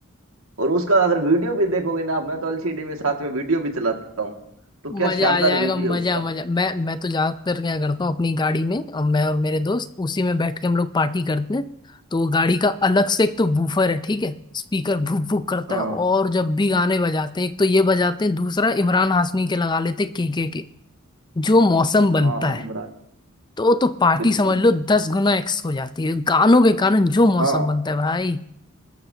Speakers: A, on the right; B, on the left.
A: और उसका अगर वीडियो भी देखोगे ना आप मैं तो एलसीडी में साथ में वीडियो भी चलाता हूँ तो क्या
B: मजा
A: शानदार
B: आ जाएगा
A: वीडियो
B: मजा
A: है उसका
B: मजा मैं मैं तो ज्यादातर क्या करता हूँ अपनी गाड़ी में और मैं और मेरे दोस्त उसी में बैठ के हम लोग पार्टी करते हैं तो गाड़ी का अलग से एक तो वूफर है ठीक है स्पीकर भुक भुक करता
A: हाँ
B: है और जब भी गाने बजाते हैं एक तो ये बजाते हैं दूसरा इमरान हाशमी के लगा लेते हैं के के के जो मौसम बनता
A: हाँ
B: है
A: इमरान
B: तो तो पार्टी
A: बिल्कुल
B: समझ लो
A: बिल्कुल
B: दस गुना एक्स हो जाती है गानों के कारण जो मौसम
A: हाँ
B: बनता है भाई